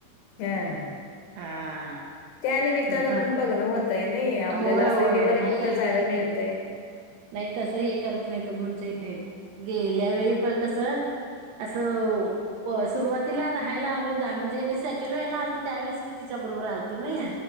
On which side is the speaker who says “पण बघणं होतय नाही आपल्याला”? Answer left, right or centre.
Left